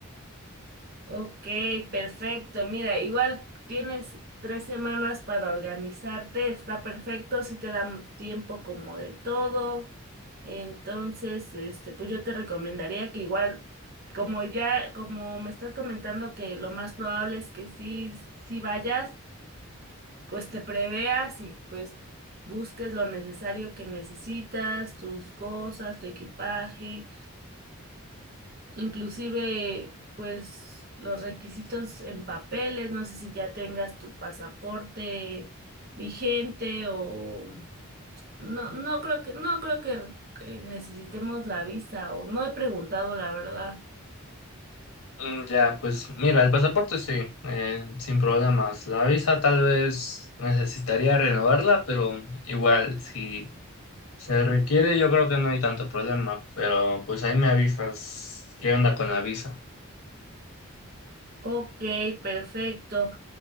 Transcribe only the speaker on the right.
Ok, perfecto. Mira, igual tienes tres semanas para organizarte, está perfecto, si te dan tiempo como de todo. Entonces, este, pues yo te recomendaría que igual, como ya, como me estás comentando que lo más probable es que sí, sí vayas, pues te preveas y pues busques lo necesario que necesitas, tus cosas, tu equipaje inclusive pues los requisitos en papeles, no sé si ya tengas tu pasaporte vigente o no, no creo que, no creo que eh, necesitemos la visa o no he preguntado la verdad.
Ok, perfecto.